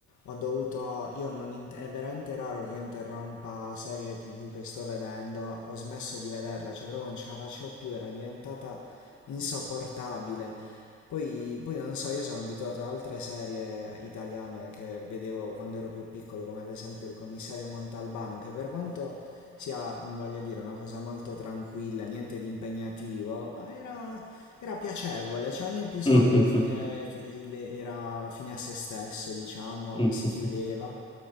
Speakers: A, on the left (about 70°); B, on the left (about 20°).
A: Ho dovuto, io non int- è veramente raro che io interrompa serie TV che sto vedendo. Ho smesso di vederla, cioè proprio non ce la facevo più, era diventata insopportabile. Poi, poi non so, io sono abituato ad altre serie italiane che vedevo quando ero più piccolo, come ad esempio il commissario Montalbano, che per quanto sia, mm, voglio dire, una cosa molto tranquilla, niente di impegnativo, ma era, era piacevole, cioè ogni episodio
B: Mhm.
A: fine, era fine a se stesso, diciamo,
B: Mhm.
A: si
B: Mhm.
A: chiudeva.
B: Mhm.